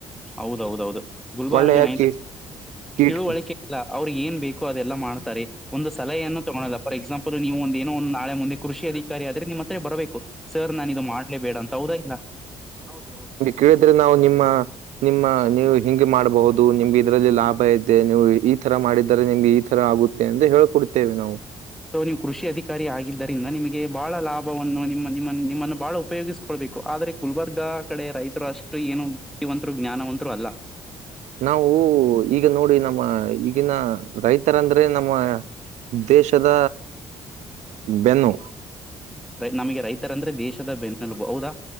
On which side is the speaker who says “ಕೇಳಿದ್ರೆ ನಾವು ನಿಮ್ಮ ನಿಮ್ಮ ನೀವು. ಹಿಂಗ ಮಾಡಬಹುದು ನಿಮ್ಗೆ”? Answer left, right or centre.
Right